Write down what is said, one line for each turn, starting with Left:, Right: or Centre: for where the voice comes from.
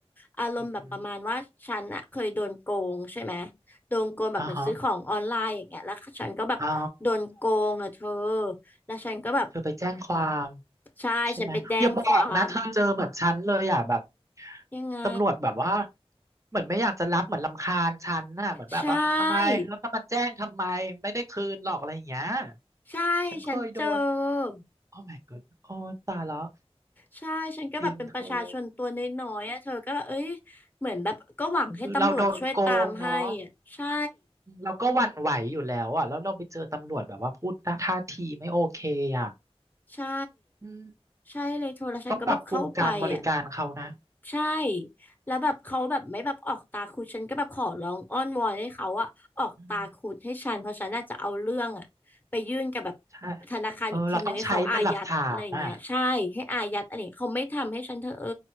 Left: อารมณ์แบบประมาณว่าฉันอ่ะเคยโดนโกงใช่ไหม
Right: อือหือ
Left: โดนโกงแบบเหมือนซื้อของออนไลน์อย่างเงี้ยแล้วฉันก็แบบโดนโกงอ่ะเธอ
Right: อ่าฮะอ๋อ
Left: แล้วฉันก็แบบ
Right: เธอไปแจ้งความ
Left: ใช่ฉันไปแจ้งความ
Right: ใช่ไหมอย่าบอกนะเธอเจอเหมือนฉันเลยอ่ะแบบ
Left: ยังไง
Right: ตำรวจแบบว่าเหมือนไม่อยากจะรับเหมือนรำคาญฉันน่ะเหมือนแบบว่าทำไมแล้วจะมาแจ้งทำไมไม่ได้คืนหรอกอะไรอย่างเงี้ย
Left: ใช่ใช่ฉันเจอ
Right: ฉันเคยโดนโอ้ my god โอ้ตายแล้ว
Left: ใช่ ฉันก็แบบเป็นประชาชนตัวน้อยๆอ่ะเธอก็แบบเอ้ย
Right: จริงเธอ
Left: เหมือนแบบก็หวังให้ตำรวจช่วยตามให้อ่ะใช่
Right: คือเราโดนโกงเนาะเราก็หวั่นไหวอยู่แล้วอ่ะแล้วเราไปเจอตำรวจแบบว่าพูดท่าทีไม่โอเคอ่ะ
Left: ใช่
Right: อืม
Left: ใช่เลยเธอแล้วฉันก็แบบเข้าไปอ่ะ
Right: ต้องปรับปรุงการบริการเขานะ
Left: ใช่แล้วแบบเขาแบบไม่แบบออกตาคุดฉันก็แบบขอร้องอ้อนวอนให้เขาอะออกตาคุดให้ฉันเพราะฉันน่าจะเอาเรื่องอะไปยื่นกับแบบ
Right: อืมใช่
Left: ธนาคารอีกทีหนึ่งให้เขาอายัดอะไรอย่างเงี้ยใช่ให้อายัดอะไรอย่างเงี้ยเขาไม่ทำให้ฉันเธอเอ้
Right: เออเราต้องใช้เป็นหลักฐานอ่ะ